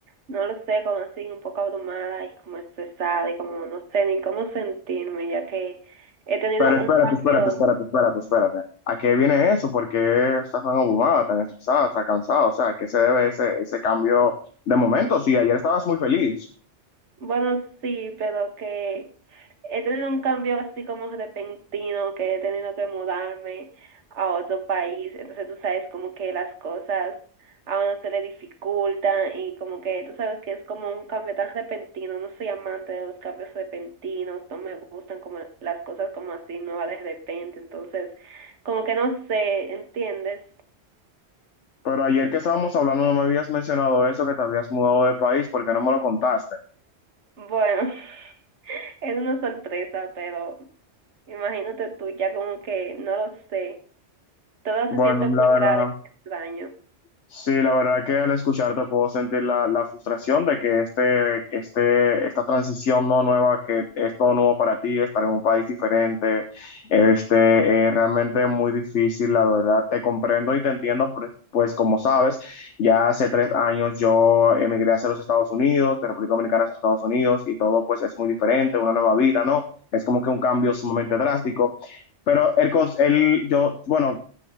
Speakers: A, on the right; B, on the left.
A: no lo sé, como así, un poco abrumada y como estresada y como no sé ni cómo sentirme, ya que he tenido
B: Pero espérate,
A: un cambio,
B: espérate, espérate, espérate, espérate. ¿A qué viene eso? ¿Por qué estás tan abrumada, tan estresada, tan cansada? O sea, ¿a qué se debe ese, ese cambio de momento? Sí, ayer estabas muy feliz,
A: bueno, sí, pero que He tenido un cambio así como repentino, que he tenido que mudarme a otro país. Entonces tú sabes como que las cosas a uno se le dificultan y como que tú sabes que es como un cambio tan repentino. No soy amante de los cambios repentinos, no me gustan como las cosas como así nuevas de repente. Entonces como que no sé, ¿entiendes?
B: pero ayer que estábamos hablando no me habías mencionado eso, que te habías mudado de país, ¿por qué no me lo contaste?
A: Bueno, <laughs> es una sorpresa, pero imagínate tú ya como que no lo sé. Todo
B: Bueno,
A: se siente
B: la
A: muy
B: verdad.
A: raro y muy extraño.
B: Sí, la verdad que al escucharte puedo sentir la, la frustración de que este, este, esta transición no nueva, que es todo nuevo para ti, estar en un país diferente, este, es realmente muy difícil, la verdad. Te comprendo y te entiendo, pues, pues como sabes, ya hace tres años yo emigré hacia los Estados Unidos, de República Dominicana a Estados Unidos, y todo pues es muy diferente, una nueva vida, ¿no? Es como que un cambio sumamente drástico. Pero el, cons- el, yo, bueno,